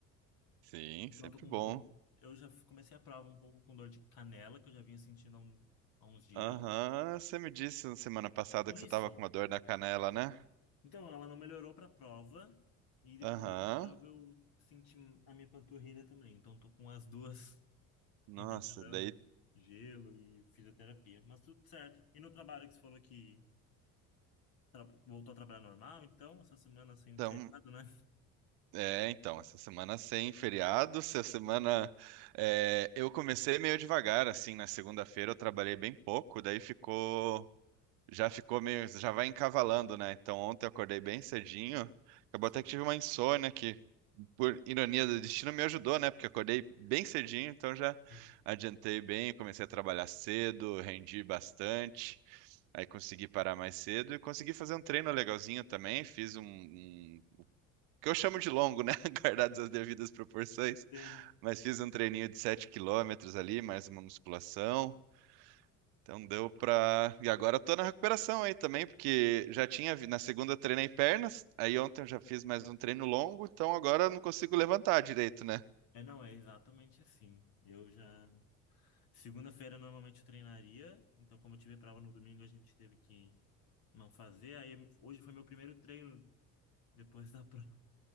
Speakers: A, on the right; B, on the left.
A: Sim,
B: Então
A: sempre
B: eu tô com,
A: bom.
B: eu, eu já comecei a prova um pouco com dor de canela, que eu já vinha sentindo há, um- há uns dias.
A: Aham, você me disse na semana passada
B: Isso.
A: que você tava com uma dor na canela, né?
B: Então, ela não melhorou para a prova, e depois
A: Aham.
B: da prova eu senti a minha panturrilha também. Então, tô com as duas
A: Nossa,
B: intercalando
A: daí
B: gelo e fisioterapia, mas tudo certo. E no trabalho que você falou que tra- voltou a trabalhar normal, então, essa semana sem
A: então.
B: feriado, né? <laughs>
A: É, então, essa semana sem feriado, essa semana. é, eu comecei meio devagar, assim, na segunda-feira eu trabalhei bem pouco, daí ficou. Já ficou meio. Já vai encavalando, né? Então ontem eu acordei bem cedinho. Acabou
B: Sim,
A: até que tive uma insônia que por ironia do destino, me ajudou, né? Porque acordei bem cedinho, então já
B: sim,
A: adiantei bem, comecei a trabalhar cedo, rendi bastante. Aí consegui parar mais cedo e consegui fazer um treino legalzinho também. Fiz um, um- que eu chamo de longo, né? <laughs> Guardadas as devidas proporções.
B: sim.
A: Mas fiz um treininho de 7 quilômetros ali, mais uma musculação. Então deu pra. E agora eu tô na recuperação aí também, porque já tinha. vi- Na segunda eu treinei pernas, aí ontem eu já fiz mais um treino longo, então agora eu não consigo levantar direito, né?
B: É, não, é exatamente assim. Eu já. Segunda-feira normalmente eu treinaria, então, como eu tive prova no domingo, a gente teve que não fazer. Aí hoje foi meu primeiro treino depois da <laughs> prova.